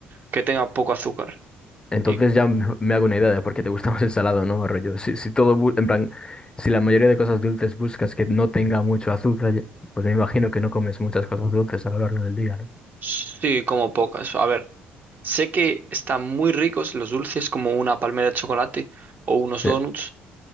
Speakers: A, on the right (about 40°); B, on the left (about 20°).
A: que tenga poco azúcar.
B: Entonces
A: Y
B: ya me me hago una idea de por qué te gusta <laughs> más el salado, ¿no? Rollo, si, si todo, bu- en plan, si la mayoría de cosas dulces buscas que no tenga mucho azúcar, ya- pues me imagino que no comes muchas cosas dulces a lo largo del día, ¿no?
A: sí, como pocas. A ver, sé que están muy ricos los dulces como una palmera de chocolate o unos
B: Sí.
A: donuts,